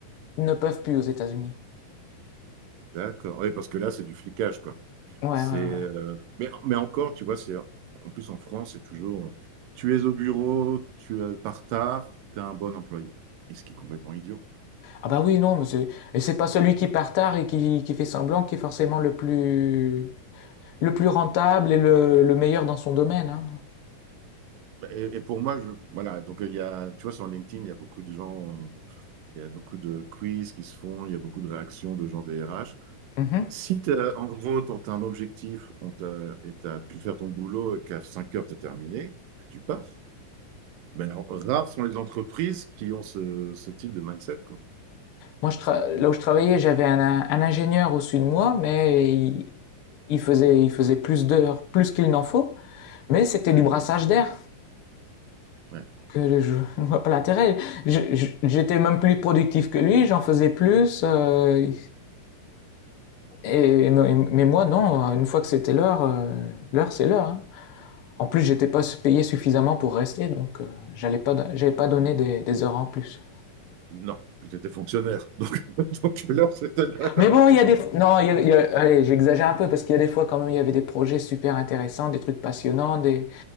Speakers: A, on the left; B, on the right.
A: Ils ne peuvent plus aux États-Unis.
B: D'accord. Oui, parce que là, c'est du flicage, quoi.
A: Ouais, ouais,
B: C'est, euh,
A: ouais.
B: mais, mais encore, tu vois, c'est en plus en France, c'est toujours euh, tu es au bureau, tu es par tard, tu es un bon employé. Et ce qui est complètement idiot.
A: Ah bah oui, non, mais c'est, et c'est pas celui qui part tard et qui, qui fait semblant qui est forcément le plus, le plus rentable et le, le meilleur dans son domaine, hein.
B: Et, et pour moi, je, voilà, donc il y a, tu vois, sur LinkedIn, il y a beaucoup de gens, euh, il y a beaucoup de quiz qui se font, il y a beaucoup de réactions de gens des RH.
A: Mhm.
B: Si t'as- en gros, tu as un objectif on t'a- et tu pu faire ton boulot et qu'à 5 heures, tu terminé, bah, tu pars. Mais alors, rares sont les entreprises qui ont ce, ce type de mindset, quoi.
A: Moi, je tra- là où je travaillais, j'avais un, un ingénieur au-dessus de moi, mais il, il faisait, il faisait plus d'heures, plus qu'il n'en faut. Mais c'était
B: Oui,
A: du brassage d'air.
B: ouais.
A: Que je ne vois pas l'intérêt. Je- je- J'étais même plus productif que lui, j'en faisais plus. euh, et, mais mais moi, non. Une fois que c'était l'heure, euh, l'heure, c'est l'heure. hein. En plus, j'étais pas payé suffisamment pour rester, donc euh, j'allais pas, don- j'avais pas donné des, des heures en plus.
B: Non, tu étais fonctionnaire. Donc, <laughs> donc l'heure, c'était l'heure.
A: Mais bon, il y a des... Non, il y a- il y a- allez, j'exagère un peu parce qu'il y a des fois quand même, il y avait des projets super intéressants, des trucs passionnants, des...